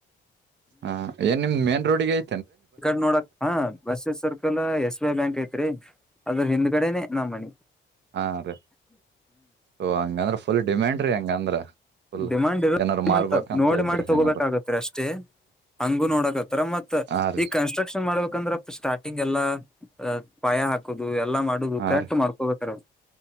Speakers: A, on the right; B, in the centre.
A: ಹಾ ಏನ್ ನಿಮ್ ಮೇನ್ ರೋಡ್ಗ ಐ
B: ಈ ಕಡೆ ನೋಡಕ್ ಹ ಬಸ circle S B I bank ಐತ್ರಿ ಅದ್ರ ಹಿಂದ್ಗಡೆನೆ ನಮ್ಮ್ ಮನೀ.
A: ಹಾ ರೀ ಓ ಹಂಗಂದ್ರ ಫುಲ್ ಡಿಮ್ಯಾಂಡ್ರಿ ಹಂಗಂದ್ರ. ಫುಲ್
B: ಡಿಮಾಂಡ್ ಇರಂತ
A: ಏನಾರ ಮಾರ್ಬೇಕಂತ
B: ನೋಡಿ
A: ಇದ್ರೆ
B: ಮಾಡಿ ತಗೋಬೇಕಾಗತದ್ರಿ
A: ಏನಾರ
B: ಅಷ್ಟೇ. ಹಂಗು ನೋಡಕತ್ತಾರ ಮತ್
A: ಹಾ ರೀ
B: ಈಗ ಕನ್ಸ್ಟ್ರಕ್ಷನ್ ಮಾಡ್ಬೇಕಂದ್ರ ಸ್ಟಾರ್ಟ, ಕಟಿಂಗ್ ಎಲ್ಲ ಪಾಯ ಹಾಕುದು ಎಲ್ಲಾ ಮಾಡುದು
A: ಹಾ
B: ಕರೆಕ್ಟ್
A: ರೀ
B: ಮಾಡ್ಕೋಬೇಕ್ರಿ ಅವು.